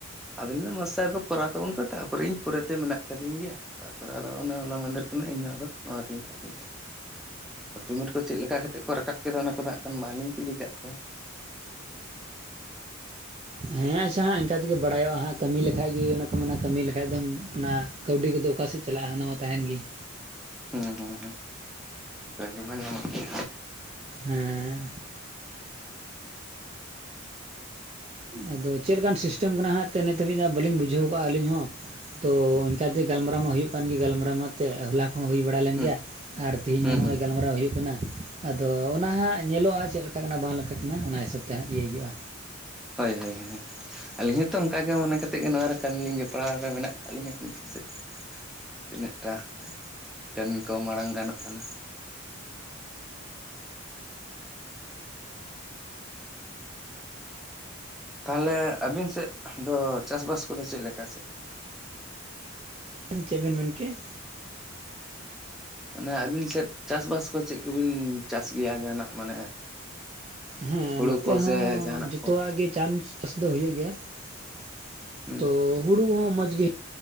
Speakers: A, in the centre; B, on the right (about 30°).
A: ᱟᱫᱚᱧ ᱞᱟᱹᱭ ᱫᱟ ᱢᱟ ᱥᱮ ᱠᱚᱨᱟᱣ ᱛᱟᱵᱚᱱ ᱯᱮ ᱛᱟᱨᱯᱚᱨᱮ ᱤᱧ ᱯᱚᱨᱮ ᱛᱮ ᱢᱮᱱᱟᱜ ᱟᱠᱟᱫᱤᱧ ᱜᱮᱭᱟ ᱛᱟᱨᱯᱚᱨᱮ ᱟᱫᱚ ᱚᱱᱮ ᱦᱚᱞᱟ ᱢᱟᱸᱫᱷᱮᱨ ᱠᱷᱚᱱᱟᱜ ᱤᱧᱚᱦᱚᱸ ᱟᱫᱚ ᱱᱚᱣᱟ ᱜᱤᱧ ᱠᱟᱹᱢᱤᱭᱮᱫᱼᱟ ᱾ ᱯᱮᱢᱮᱱᱴ ᱠᱚ ᱪᱮᱫ ᱞᱮᱠᱟ ᱠᱟᱛᱮᱫ ᱠᱚ ᱨᱟᱠᱟᱵ ᱠᱮᱫᱟ ᱚᱱᱟ ᱠᱚᱫᱚ ᱦᱟᱸᱜ ᱠᱷᱟᱱ ᱵᱟᱝ ᱞᱤᱧ ᱠᱩᱞᱤ ᱟᱠᱟᱫ ᱠᱚᱣᱟ ᱾
B: ᱦᱮᱸ ᱟᱪᱪᱷᱟ ᱦᱟᱸᱜ ᱤᱱᱠᱟ ᱛᱮᱜᱮ ᱵᱟᱲᱟᱭᱚᱜᱼᱟ ᱦᱟᱸᱜ ᱠᱟᱹᱢᱤ ᱞᱮᱠᱷᱟᱡ ᱜᱮ ᱚᱱᱟ ᱠᱚ ᱢᱮᱱᱟ ᱠᱟᱹᱢᱤ ᱞᱮᱠᱷᱟᱡ ᱫᱚᱢ ᱚᱱᱟ ᱠᱟᱹᱣᱰᱤ ᱠᱚᱫᱚ ᱚᱠᱟ ᱥᱮᱫ ᱪᱟᱞᱟᱜᱼᱟ, ᱚᱱᱟ ᱢᱟ ᱛᱟᱦᱮᱱ ᱜᱮ ᱾
A: ᱦᱩᱸ ᱦᱩᱸ ᱦᱩᱸ ᱠᱟᱹᱣᱰᱤ ᱢᱟ ᱧᱟᱢᱚᱜ ᱜᱮ
B: ᱦᱮᱸᱻ ᱟᱫᱚ ᱪᱮᱫ ᱞᱮᱠᱟᱱ ᱥᱤᱥᱴᱮᱢ ᱠᱟᱱᱟ ᱦᱟᱸᱜ ᱛᱚ ᱱᱤᱛ ᱦᱟᱹᱵᱤᱡ ᱵᱟᱹᱞᱤᱧ ᱵᱩᱡᱷᱟᱹᱣ ᱠᱟᱜᱼᱟ ᱟᱹᱞᱤᱧ ᱦᱚᱸ ᱾ ᱛᱚ ᱤᱱᱠᱟ ᱛᱮ ᱜᱟᱞᱢᱟᱨᱟᱣ ᱢᱟ ᱦᱩᱭᱩᱜ ᱠᱟᱱ ᱜᱮ ᱜᱟᱞᱢᱟᱨᱟᱣ ᱢᱟ ᱛᱮᱫ ᱦᱚᱞᱟ ᱦᱚ ᱦᱩᱭ ᱵᱟᱲᱟ ᱞᱮᱱ
A: ᱦᱩᱸ
B: ᱜᱮᱭᱟ ᱟᱨ ᱛᱤᱦᱤᱧ
A: ᱦᱩᱸ
B: ᱦᱚᱸ ᱱᱚᱜᱼᱚᱭ
A: ᱦᱩᱸ
B: ᱜᱟᱞᱢᱟᱨᱟᱣ ᱦᱩᱭᱩᱜ ᱠᱟᱱᱟ᱾ ᱟᱫᱚ ᱚᱱᱟ ᱦᱟᱸᱜ ᱧᱮᱞᱚᱜᱼᱟ ᱪᱮᱫ ᱞᱮᱠᱟ ᱠᱟᱱᱟ ᱵᱟᱝ ᱞᱮᱠᱟ ᱠᱟᱱᱟ ᱚᱱᱟ ᱦᱤᱥᱟᱹᱵ ᱛᱮ ᱦᱟᱸᱜ ᱤᱭᱟᱹ ᱦᱩᱭᱩᱜᱼᱟ
A: ᱦᱳᱭ ᱦᱳᱭ ᱦᱳᱭ ᱟᱹᱞᱤᱧ ᱦᱚᱸᱛᱚ ᱚᱱᱠᱟ ᱜᱮ ᱢᱚᱱᱮ ᱠᱟᱛᱮ ᱜᱮ ᱱᱚᱣᱟ ᱨᱮ ᱠᱟᱹᱢᱤ ᱞᱤᱧ ᱡᱚ ᱯᱟᱲᱟᱣ ᱨᱮ ᱢᱮᱱᱟᱜ ᱟᱠᱟᱫ ᱞᱤᱧᱟᱹ ᱵᱷᱤᱛᱤᱨ ᱥᱮᱫ ᱛᱤᱱᱟᱹᱜ ᱴᱟ ᱠᱟᱹᱢᱤ ᱠᱚ ᱢᱟᱲᱟᱝ ᱜᱟᱱᱚᱜ ᱠᱟᱱᱟ ᱛᱟᱦᱚᱞᱮ ᱟᱵᱤᱱ ᱥᱮᱫ ᱫᱚ ᱪᱟᱥᱵᱟᱥ ᱠᱚᱫᱚ ᱪᱮᱫ ᱞᱮᱠᱟ ᱥᱮ?
B: ᱪᱮᱫ ᱵᱮᱱ ᱢᱮᱱ ᱠᱮᱜᱼᱟ?
A: ᱢᱟᱱᱮ ᱟᱹᱵᱤᱱ ᱥᱮᱫ ᱪᱟᱥᱵᱟᱥ ᱠᱚ ᱪᱮᱫ ᱠᱚᱵᱤᱱ ᱪᱟᱥ ᱜᱮᱭᱟ? ᱡᱟᱦᱱᱟᱜ ᱢᱟᱱᱮ
B: ᱦᱮᱸ
A: ᱦᱩᱲᱩ
B: ᱱᱚᱛᱮ
A: ᱠᱚ ᱥᱮ
B: ᱦᱚᱸ
A: ᱡᱟᱦᱟᱱᱟᱜ
B: ᱡᱚᱛᱚᱣᱟᱜ
A: ᱠᱚ?
B: ᱜᱮ ᱪᱟᱱᱥ ᱪᱟᱥ ᱫᱚ ᱦᱩᱭᱩᱜ ᱜᱮᱭᱟ ᱾
A: ᱦᱩᱸ
B: ᱛᱚ ᱦᱩᱲᱩ ᱦᱚᱸ ᱢᱚᱸᱡᱽ ᱜᱮ